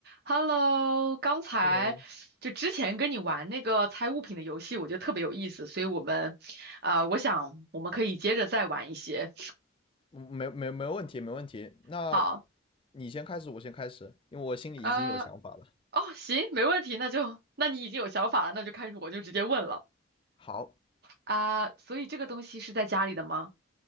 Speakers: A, on the right; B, on the left.
A: Hello，刚才就之前跟你玩那个猜物品的游戏，
B: Hello，
A: 我觉得特别有意思，所以我们，呃，我想我们可以接着再玩一些。
B: 嗯没没没问题，没问题。那
A: 好，
B: 你先开始，我先开始，因为我心里已经有想法了。
A: 呃，哦，行，没问题，那就，那你已经有想法了，那就开始，我就直接问了
B: 好，
A: 啊，所以这个东西是在家里的吗？